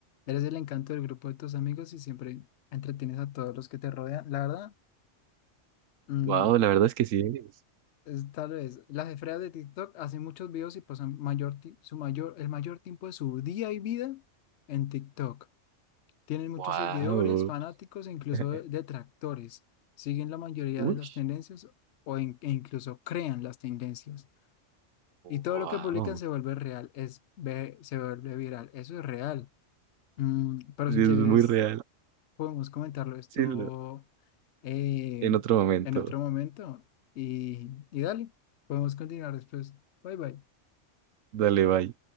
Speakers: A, on the left; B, on the right.
A: Eres el encanto del grupo de tus amigos y siempre entretienes a todos los que te rodean. La verdad, mm,
B: Wow, la verdad es que sí eres.
A: es- tal vez las esferas de TikTok hacen muchos videos y pasan mayor, ti- su mayor, el mayor tiempo de su día y vida en TikTok. Tienen muchos
B: Wow.
A: seguidores, fanáticos e incluso
B: <laughs>
A: detractores. Siguen la mayoría
B: Uy,
A: de las tendencias o in- e incluso crean las tendencias. Y todo
B: wow.
A: lo que publican se vuelve real, es, ve- se vuelve viral. Eso es real. Mm, pero
B: Es
A: si quieres
B: muy real.
A: podemos comentarlo esto
B: Sí, lo-
A: eh,
B: en otro momento.
A: en otro momento. Y, y dale, podemos continuar después. Bye bye.
B: Dale, bye.